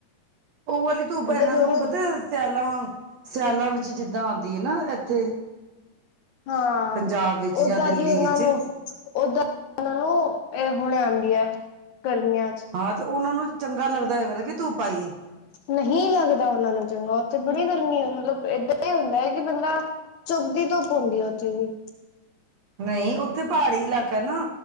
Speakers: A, on the right (about 60°); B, on the left (about 65°).
A: ਉਹ ਵਾਲੀ ਧੁੱਪ
B: ਏਦਾਂ
A: ਇਹਨਾਂ
B: ਥੋੜੀ
A: ਨੂੰ ਪਤਾ ਸਿਆਲਾਂ ਸਿਆਲਾਂ ਵਿੱਚ ਜਿੱਦਾਂ ਆਉਂਦੀ ਹੈ ਨਾ ਇੱਥੇ
B: ਹਾਂ
A: ਪੰਜਾਬ ਵਿੱਚ ਜਾਂ
B: ਓਦਾਂ
A: ਦਿੱਲੀ
B: ਦੀ ਉਹਨਾਂ
A: ਵਿੱਚ
B: ਨੂੰ ਓਦਾਂ ਉਹਨਾਂ ਨੂੰ ਇਹ ਹੁਣ ਆਉਂਦੀ ਹੈ ਗਰਮੀਆਂ ਚ
A: ਹਾਂ ਤੇ ਉਹਨਾਂ ਨੂੰ ਚੰਗਾ ਲੱਗਦਾ ਹੈਗਾ ਨਾ ਕਿ ਧੁੱਪ ਆਈ ਏ
B: ਨਹੀਂ ਲੱਗਦਾ ਉਹਨਾ ਨੂੰ ਚੰਗਾ ਉੱਥੇ ਬੜੀ ਗਰਮੀ ਏ ਮਤਲਬ ਏਦਾਂ ਹੀ ਹੁੰਦਾ ਹੈ ਕਿ ਬੰਦਾ ਚੁਭਦੀ ਧੁੱਪ ਹੁੰਦੀ ਉੱਥੇ ਵੀ
A: ਨਹੀਂ ਉੱਥੇ ਪਹਾੜੀ ਇਲਾਕਾ ਏ ਨਾ